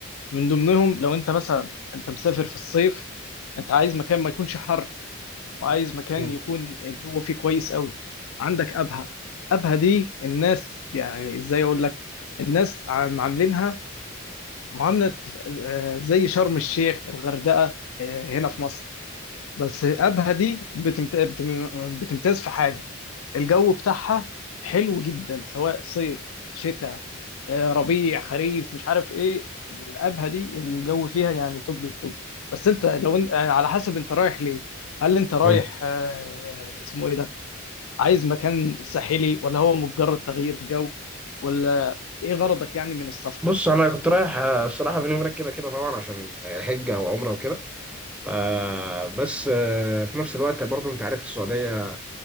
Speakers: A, on the left (about 75°); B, in the centre.
A: من ضمنهم لو انت مثلا انت مسافر في الصيف انت عايز مكان ما يكونش حر وعايز مكان
B: مم.
A: يكون الجو فيه كويس قوي عندك ابها ابها دي الناس يعني ازاي اقول لك الناس عم- عاملينها معاملة آه، زي شرم الشيخ الغردقة آه، هنا في مصر بس ابها دي بتمت- بتم- بتمتاز في حاجة الجو بتاعها حلو جدا سواء صيف شتاء آه، ربيع خريف مش عارف ايه الابهه دي الجو فيها يعني توب التوب بس انت لو انت آه، على حسب انت رايح ليه هل انت رايح
B: مم.
A: آه، اسمه ايه ده عايز مكان ساحلي ولا هو مجرد تغيير جو ولا ايه غرضك يعني من السفر
B: بص انا كنت رايح آه، الصراحه بيني وبينك كده كده طبعا عشان الحجه وعمره وكده آه بس آه في نفس الوقت برضو انت عارف السعوديه